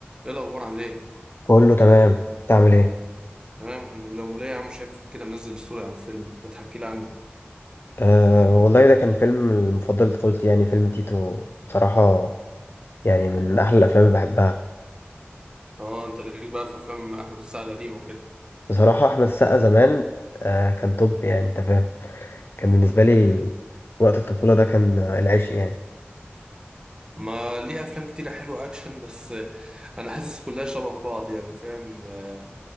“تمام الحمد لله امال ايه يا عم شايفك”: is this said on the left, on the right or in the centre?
Right